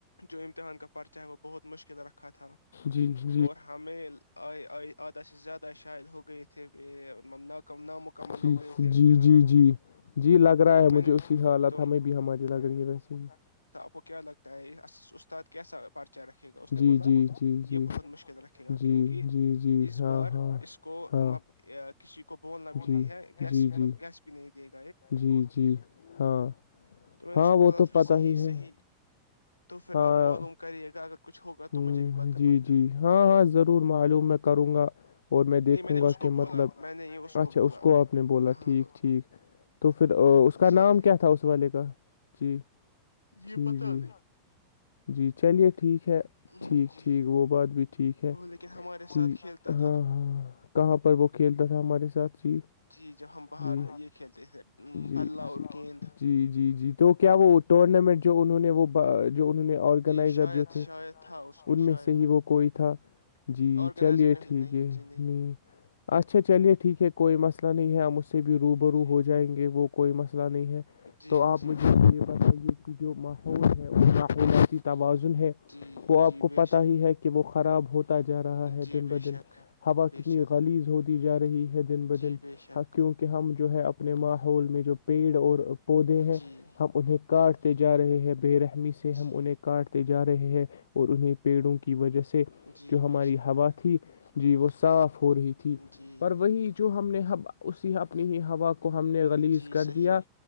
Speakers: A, on the left; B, on the left.
A: جو امتحان کا پرچہ ہے وہ بہت مشکل رکھا تھا
B: جی جی جی
A: اور ہمیں آئے آئے آدھا سے زیادہ شاید ہو گئے تھےاکم نامکمل
B: جی
A: ہو گئے تھے امتحان
B: جی
A: میں
B: جی جی لگ رہا
A: تو
B: ہے
A: میں
B: مجھے
A: نے
B: اسی حالت
A: تو
B: ہمیں بھی ہماری لگ رہی ہے ویسے ہی
A: وہ کیا لگتا ہے یہ اس استاد کیسا پرچا رکھے گا اس نے
B: جی
A: بولا
B: جی جی جی
A: یہ بہت مشکل رکھے گا
B: جی
A: کیونکہ
B: جی جی
A: اس
B: ہاں
A: بار
B: ہاں
A: اس کو
B: ہاں
A: م کسی کو بولنا بھی نہیں
B: جی
A: ہے گیس
B: جی جی
A: گیس بھی نہیں دیک گ
B: جی جی ہاں
A: تو میں نے
B: ہاں
A: اس کو بولا
B: وہ تو
A: پھر
B: پتہ
A: صحیح
B: ہی ہے
A: صحیح تو پھر
B: ہاں
A: اپ معلوم کریے گا اگر کچھ ہوگا تو
B: ہ
A: مجھے بھی بتائیے
B: جی
A: گا
B: جی ہاں ہاں ضرور معلوم میں کروں گا اور میں دیکھوں
A: نہیں نے
B: گا
A: اس
B: کہ
A: کو بولا
B: مطلب
A: میں نے یہ
B: اچھا
A: بولا
B: اس کو آپ نے بولا
A: ہاں
B: ٹھیک ٹھیک تو پھر اس کا
A: جی
B: نام کیا تھا اس والے کا جی
A: یہ
B: جی
A: پتا
B: جی جی چلیے ٹھیک ہے
A: نہیں
B: ٹھیک
A: جی
B: ٹھیک وہ بات بھی ٹھیک ہے
A: وہ لیکن ہمارے ساتھ
B: جی
A: کھیلتا تھا
B: ہاں ہاں کہاں پر وہ کھیلتا تھا ہمارے ساتھ جی
A: جی جب ہم باہر
B: جی
A: یہ کھیلتے تھے
B: جی
A: بھلا اور
B: جی
A: گیند
B: جی جی جی تو کیا وہ ٹورنامنٹ جو انہوں نے وہ انہوں نے آرگنائزر
A: جی شاید
B: جو تھے
A: شاید تھا اس
B: ان میں
A: شاید
B: سے ہی وہ کوئی تھا جی
A: آرگنائزر
B: چلیے
A: نہیں
B: ٹھیک
A: نہیں
B: ہے
A: جی
B: نہیں اچھا چلیے ٹھیک ہے کوئی مسلہ نہیں ہے اس سے بھی روبرو
A: جی
B: ہو جائیں گے وہ کوئی مش نہیں ہے
A: جی
B: تو آپ
A: جی
B: مجھے یہ پتے جو ماحول ہے اس کا پ تو ہے
A: جی
B: وہ آپ
A: جی
B: کو
A: بے
B: پتا
A: شک
B: ہی ہے کہ وہ خ خراب ہوتا جا رہا ہے
A: جی
B: دن بہ
A: بے
B: دن
A: شک
B: ہوا
A: بے
B: کتنی
A: شک
B: خلیز ہوتی جا رہی ہے دن بہ
A: جی
B: دن
A: بے شک
B: کیونکہ ہم جو ہے اپنے ماہ ہوول میں جو پیڑ اور پودے ہیں
A: جی
B: ہم انہیں کاٹتے جا رہے ہے برہ ہم
A: جی
B: انہیں کاٹتے جا رہے رہے ہیں اور انہیں پیڑوں کے کی وجہ سے
A: جی
B: جو ہماری
A: بے شک
B: ہوا تھی جی وہ صاف ہو رہی تھی
A: جی
B: پر وہی جو ہم نے ب اسی اپنی ہی ہوا ہم نے غلیز
A: جی
B: کر
A: صحیح
B: دیا